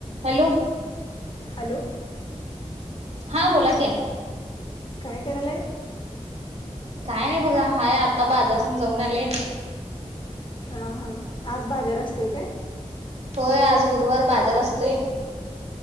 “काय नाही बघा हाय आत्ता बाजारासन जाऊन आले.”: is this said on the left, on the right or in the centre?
Right